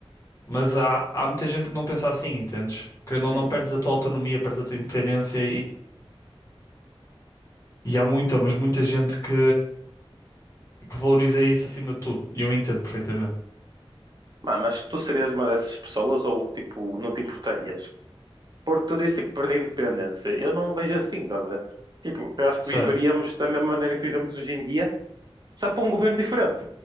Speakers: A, on the left; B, on the right.
A: Mas há, há muita gente que não pensa assim, entendes? Querendo ou
B: uhum.
A: não, perdes a tua autonomia, perdes a tua independência E há muita, mas muita gente que, que valoriza isso acima de tudo. E eu entendo perfeitamente.
B: Mas, mas tu serias uma dessas pessoas ou, tipo, não te importarias? Porque tu disse, tipo, perder a independência. Eu não vejo assim, tá a ver? Tipo, eu acho
A: Certo.
B: que viveríamos da mesma maneira que vivemos hoje em dia, só para um governo diferente,